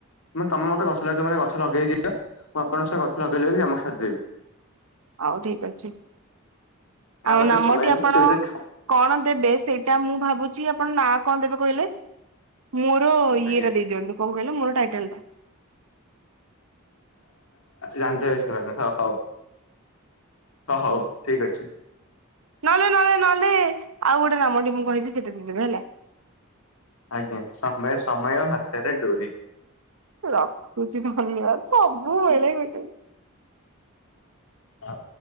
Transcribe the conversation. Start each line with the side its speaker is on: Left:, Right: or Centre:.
Left: ମାନେ ତମ ମତେ ଗଛ ଲଗେଇିବ ମାନେ ଗଛ ଲଗେଇ ଦିଅ ମୁଁ ଆପଣଙ୍କ ସହ ଗଛ ଲଗେଇ ଲଗବି ଆମକୁ ସାଜେଇି।
Right: ହଉ ଠିକ ଅଛି
Left: ଆମ
Right: ଆଉ
Left: ପାଖରେ
Right: ନାମଟି
Left: ସମୟ ନାହିଁ
Right: ଆପଣ।
Left: ସେ ଭିତରେ ଖା
Right: କଣ ଦେବେ ସେଇଟା ମୁଁ ଭାବୁଛି ଆପଣ ନାଁ କଣ ଦେବେ କହିଲେ। ମୁର
Left: ଆଜ୍ଞା
Right: ରଦଦି ଅ କଙ୍କିଲ ମର ଟାଇଟଲଟେ।
Left: ଜାନ୍ତେ ବି ସେମାନେ ହ ହଉ ହ ହଉ ଠିକ ଅଛି।
Right: ନହେଲେ ନହେଲେ ନହେଲେ ଆଉ ଗୋଟେ ନାମଟି ମୁଁ କହିବି ସେଟା ଦଦବେ ହେଲା।
Left: ଆଜ୍ଞା ସମୟ ସମୟ ହାତରେ ଦୌରି।
Right: ରଖୁଛି ଧନ୍ୟବାଦ ସବୁବେଳେ ଗୋଟେ
Left: ହଁ।